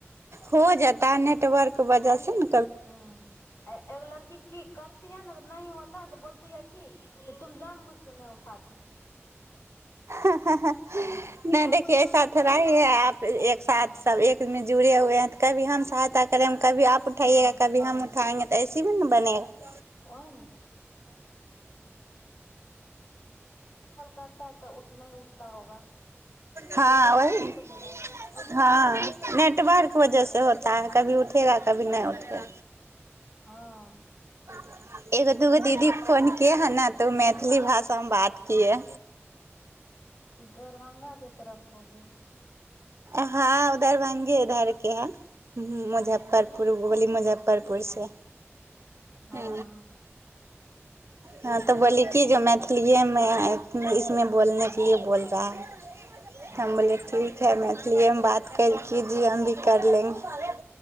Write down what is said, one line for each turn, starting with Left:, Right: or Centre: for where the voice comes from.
Right: हो जाता नेटवर्क वजह से ने
Left: ह एगो लड़की की करती है ने तऽ न होता ह तऽ बोल त बोलति है की तुम जान बुझकेँ नहि उठाती
Right: हँ हंँनहि
Left: ह आपको
Right: देखियऔ
Left: जानबूझ
Right: ऐसा
Left: के
Right: थोड़ा
Left: थोड़ी
Right: ही
Left: न उठाएगा
Right: है आ एक साथ
Left: हँ
Right: सब एकमे <unintelligible> जुड़े हु हइ तऽ कभी हम सहायता करैब कभी आप उठाइएगा
Left: हँ
Right: कभी
Left: हँ
Right: हम उठाएंगे की हम उठाएंगे सब ने बने <unintelligible>
Left: <unintelligible> कॉल करता है तऽ उठ नहि उठता होगा
Right: हँ
Left: कोई झूठ
Right: वही
Left: थोड़ी न बोलेगा
Right: हँ नेटवर्क वजह से होता है कभी उठेगा कभी नहि उठे
Left: हँ
Right: <inaudible> एगो दूगो दीदी फोन किए हन न तऽ मैथिली भाषामे बात किए
Left: <inaudible> दरभंगा के तरफ होगी
Right: हँ उधर दरभंगे उधरके है ह मुजफ्फरपुर
Left: हाँ
Right: बोली मुजफ मुजफ्फरपुर से
Left: हाँ
Right: हू हँ तऽ बोली कि जे मैथिलीएमे इसमे बोलनेके लिए बोल रहा है
Left: हाँ
Right: हम बोले ठीक है मै इसलिए हम बात कर किजीए हम भी कर लेंगे